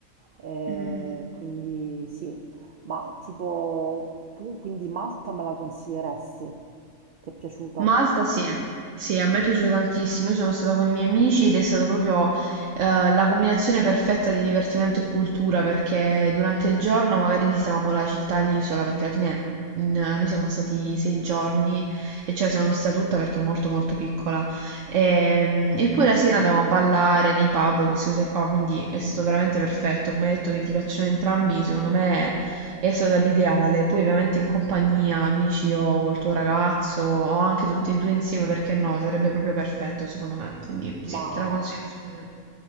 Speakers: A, on the right; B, on the right.
A: E
B: Mm.
A: quindi sì, ma tipo tu quindi Malta me la consiglieresti? Ti è piaciuta?
B: Malta sì, sì, a me è piaciuto tantissimo. Io sono stata con i miei amici ed è stata proprio eh, la combinazione perfetta di divertimento e cultura perché durante il giorno magari visitavamo la città, l'isola, perché alla fine mm, noi siamo stati sei giorni e ce la siamo vista tutta perché è molto molto piccola. Ehm, E, poi la sera andavamo a ballare nei pub, queste cose qua, quindi è stato veramente perfetto. Come hai detto che ti piacciono entrambi, secondo me è stata l'ideale, poi ovviamente in compagnia, amici o col tuo ragazzo o anche tutti e due insieme, perché no? Sarebbe proprio perfetto secondo me, quindi sì,
A: Ma,
B: te la consiglio assolutamente.